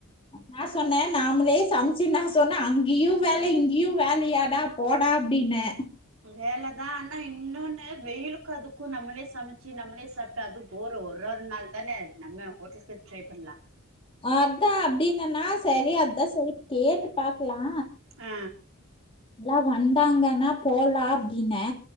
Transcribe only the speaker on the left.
நா சொன்னே நாம்ளே சம்ச்சி நா சொன்னே அங்கயு வேல இங்கயு வேலையாடா போடா அப்டினே
அதா அப்டின்னன்னா சரி அதா சரி கேட்டு பாக்கலா
எல்லா வந்தாங்கன்னா போலா அப்டின்னே